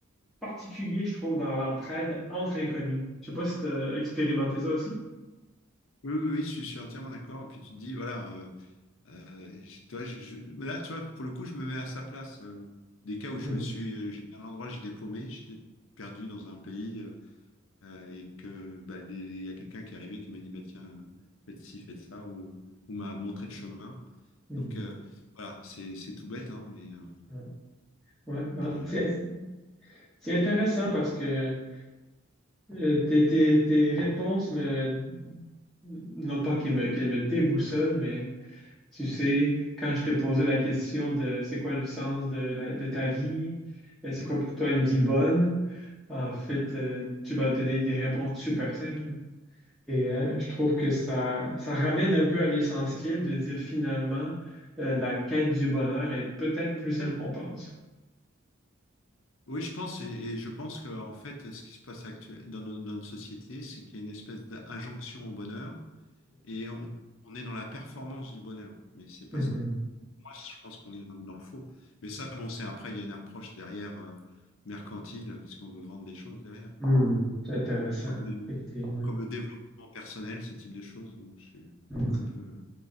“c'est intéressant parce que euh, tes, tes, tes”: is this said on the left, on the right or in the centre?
Centre